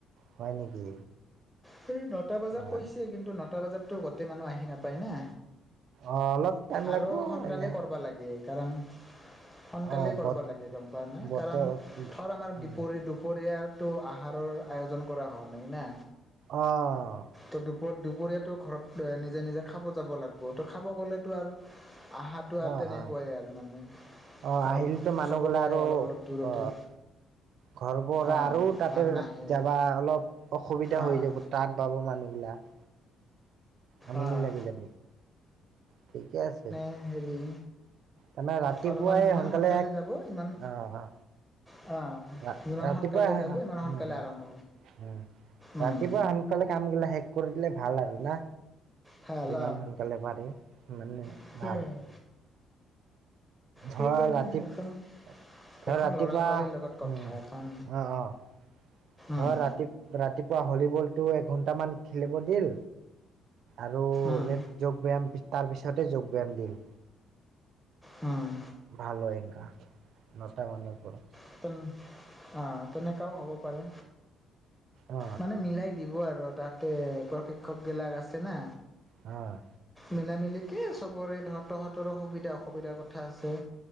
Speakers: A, on the right (about 65°); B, in the centre.
A: হয় নেকি?
B: সেই নটা বজাত
A: অ',
B: কৈছে কিন্তু নটা বজাতটো গোটেই মানুহ আহি নাপায় না।
A: অ', অলপ টাইম লাগিব
B: আৰু সোনকালে
A: এনে
B: কৰিব লাগে। কাৰণ সোনকালেই
A: অ',
B: কৰিব
A: বত
B: লাগে গম পোৱা না,
A: বতৰ
B: কাৰণ ধৰ আমাৰ
A: উম,
B: বিপৰি দু দুপৰীয়াৰটো আহাৰৰ আয়োজন কৰা হোৱা নাই না।
A: অঁ!
B: ত' দুপৰ দুপৰীয়াটো ঘৰত নিজে-নিজে খাব যাব লাগিব, ত' খাব গ'লেতো আৰু আহাৰ তো আৰু
A: অ',
B: তেনেকুৱাই
A: অ',
B: আৰু মানে
A: অ
B: ঘৰ
A: আহিলতো মানুহ
B: চবৰে
A: গলে আৰু
B: অলপ-অলপ দূৰতে।
A: অ ঘৰ পৰা
B: অঁ
A: আৰু তাতে
B: আৰু
A: কেতিয়াবা
B: নাহে
A: অলপ অসুবিধা
B: অঁ
A: হৈ যাব। টান পাব মানুহবিলাক। আমনি
B: অঁ
A: লাগি যাব, ঠিকে আছে।
B: এ হেৰি
A: তাৰমানে ৰাতিপুৱাই
B: অলপমান যিমান
A: সোনকালে এক
B: যাব ইমান
A: অঁ-অঁ।
B: অঁ!
A: ৰাতিপুৱাই
B: যিমান সোনকালে যাব
A: আহ
B: ইমান সোনকালে
A: উম-উম,
B: আৰম্ভ
A: উম
B: উম,
A: ৰাতিপুৱাই আন সোনকালে কাম গিলা শেষ কৰি দিলে ভাল আৰু না।
B: ভাল
A: যিমান সোনকালে পাৰি সিমানে
B: অঁ
A: ভাল। ধৰা
B: সেইকাৰণে
A: ৰাতি ধৰ
B: এখন এখন
A: ৰাতিপুৱা
B: ল'ৰা ছোৱালীৰ লগত কথা
A: উম!
B: এখন
A: অঁ-অঁ। ধৰ
B: উম,
A: ৰাতি ৰাতিপুৱা ভলীবলটো এঘন্টামান খেলিব দিল। আৰু
B: উম,
A: ৰেড যোগ ব্যায়াম তাৰ পিছতে যোগ ব্যায়াম দিম।
B: উম!
A: ভাল হয় কাহ নটা মানৰ পৰা।
B: <inaudible> অঁ তেনেকাও হ'ব পাৰে,
A: অ
B: মানে মিলাই দিব আৰু তাতে প্ৰশিক্ষকবিলাক আছে না।
A: অঁ!
B: মিলামিলিকে চবৰে ধৰ তহঁতৰো সুবিধা অসুবিধাৰ কথা আছে।